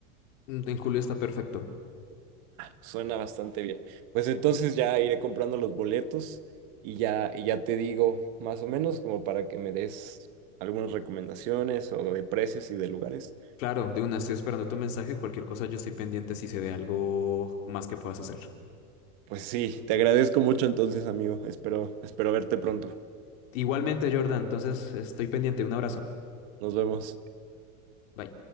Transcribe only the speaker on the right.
Suena bastante bien. Pues entonces ya iré comprando los boletos y ya, y ya te digo más o menos como para que me des algunas recomendaciones o de precios y de lugares.
Pues sí, te agradezco mucho entonces, amigo. Espero, espero verte pronto.
Nos vemos.